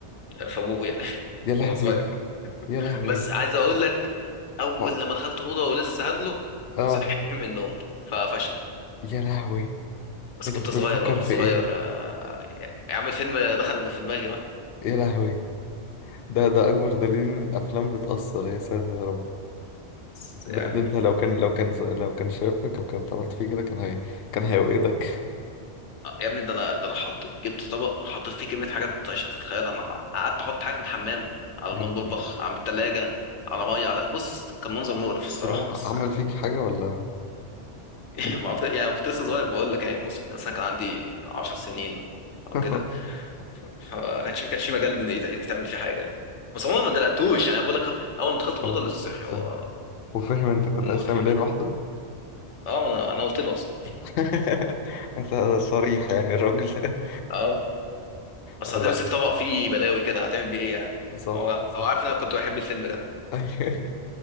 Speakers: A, on the left (about 80°); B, on the left (about 65°).
A: فابويا <laughs>
B: يا لهوي
A: وانا صغير
B: يا لهوي
A: بس عايز اقول لك اول
B: اه
A: لما دخلت الأوضة ولسه هدلق
B: آه،
A: صحي من النوم فقفشني
B: يا لهوي
A: بس
B: انت
A: كنت
B: كنت
A: صغير
B: بتفكر
A: بقى كنت
B: في
A: صغير
B: ايه
A: آه، يا عم الفيلم دخل في دماغي بقى
B: يا لهوي ده ده اكبر دليل ان الافلام بتاثر يا ساتر يا رب
A: بس
B: ده,
A: يعني
B: ده انت لو كان لو كان لو كان شافك او كان عملت فيه كده كان هي كان هيوقدك
A: آه، يا ابني ده انا ده انا حط جبت طبق حطيت فيه كميه حاجات انت مش هتتخيلها انا قعدت احط حاجات من الحمام على
B: يا
A: المطبخ
B: لهوي
A: على التلاجة على ميه على بص كان منظر مقرف الصراحه
B: طب هو
A: بس
B: عمل فيك حاجه ولا
A: <laughs> بعت- يعني كنت لسه صغير بقول لك يعني موسم مثلا كان عندي 10 سنين او
B: <laughs>
A: كده فما كانش كانش في مجال إن يت- يتعمل فيه حاجه بس عموما ما دلقتوش يعني بقول لك اول ما دخلت الاوضه
B: طب ده
A: لسه صحي
B: سهل.
A: هو
B: وفاهم انت كنت
A: نومه
B: عايز
A: خفيف
B: تعمل ايه
A: كده
B: لوحده
A: اه ما انا انا قلت له اصلا
B: <laughs> انت صريح يعني الراجل
A: اه اصل
B: <laughs>
A: هتمسك
B: لا
A: طبق فيه بلاوي كده هتعمل بيه ايه يعني
B: صح
A: هو
B: صح
A: هو عارف ان انا كنت بحب الفيلم ده
B: <laughs> أيوه.